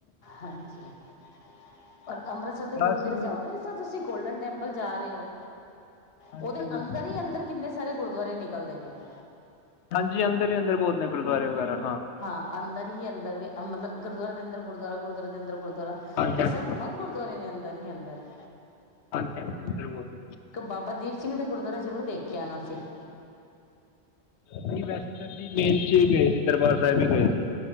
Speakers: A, on the left (about 60°); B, on the left (about 80°).
A: ਹਾਂਜੀ <inaudible> <inaudible> ਅੰਮ੍ਰਿਤਸਰ
B: ਹਾਂਜੀ
A: ਦੇ ਗੁਰਦੁਆਰੇ
B: ਅਸੀਂ
A: ਜਾਓ ਨਾ ਜਿਸ ਤਰ੍ਹਾਂ ਤੁਸੀਂ ਗੋਲਡਨ ਟੈਂਪਲ ਜਾ ਰਹੇ ਹੋ
B: ਹਾਂਜੀ
A: ਉਹਦੇ
B: ਹਾਂਜੀ
A: ਅੰਦਰ ਹੀ ਅੰਦਰ ਕਿੰਨੇ ਸਾਰੇ ਗੁਰ ਦੁਆਰੇ ਨਿਕਲਦੇ ਨੇ। <inaudible>
B: ਹਾਂਜੀ ਅੰਦਰ ਹੀ ਅੰਦਰ ਬਹੁਤ ਨੇ ਗੁਰਦੁਆਰੇ ਵਗੈਰਾ
A: ਹਾਂ ਅੰਦਰ ਅੰਦਰ ਵੀ ਮਤਲਬ ਗੁਰਦੁਆਰੇ ਦੇ ਅੰਦਰ ਗੁਰਦੁਆਰਾ ਗੁਰੁਆਦਰੇ ਅੰਦਰ ਗੁਰੁਆ ਗੁਰਦੁਆਰਾ
B: ਹਾਂਜੀ
A: ਇਸ
B: ਹਾਂਜੀ
A: ਤਰ੍ਹਾਂ ਬਹੁਤ ਗੁਰਦੁਆਰੇ ਨੇ ਅੰਦਰ ਹੀ ਅੰ ਘ <inaudible>
B: ਹਜੀੰ ਵਗ <unintelligible>
A: ਬਾਬਾ ਦੀਪ ਸਿੰਘ ਦਾ ਗੁਰਦੁਆਰਾ ਜ਼ਰੂਰ ਦੇਖ ਕੇ ਆਣਾ ਸੀ
B: ਨਹੀਂ ਵੈਸੇ ਤਾਂ ਮੇਨ'ਚ ਗਏ ਸੀ ਦਰਬਾਰ ਸਾਹਿਬ ਹੀ ਗਏ ਸੀ।